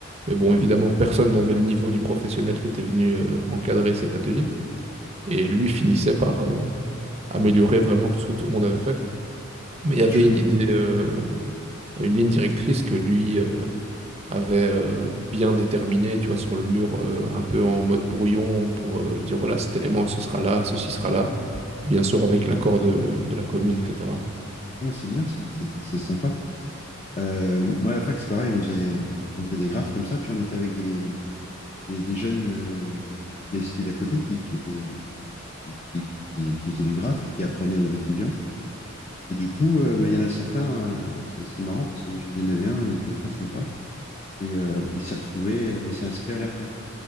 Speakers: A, on the right (about 30°); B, on the left (about 30°).
A: Mais
B: Ah,
A: bon,
B: C'est
A: évidemment,
B: marrant.
A: personne n'avait le niveau du professionnel qui était venu euh, encadrer cet atelier. Et lui finissait par euh, améliorer vraiment tout ce que tout le monde avait fait.
B: Ah,
A: Mais
B: C'est
A: il y avait
B: chouette.
A: une idée, euh, une ligne directrice que lui euh, avait euh, bien déterminée, tu vois, sur le mur, euh, un peu en mode brouillon, pour euh, dire, voilà, cet élément, ce sera là, ceci sera là. Bien sûr, avec l'accord de, de la commune, etc.
B: Ah, c'est bien ça, C'était- c'est sympa. Euh, moi, à la fac, c'est pareil, on faisait, on faisait des graphes comme ça, puis on était avec des, des, des jeunes euh, des cités d'à côté qui, qui, étaient, qui, qui, qui, qui faisaient du graphe et qui apprenaient aux étudiants. Et du coup, euh, bah, il y en a certains, euh, c'est c'est marrant parce que j'y en avais un, il était très sympa, et euh, il s'est retrouvé, euh, il s'est inscrit à la fac.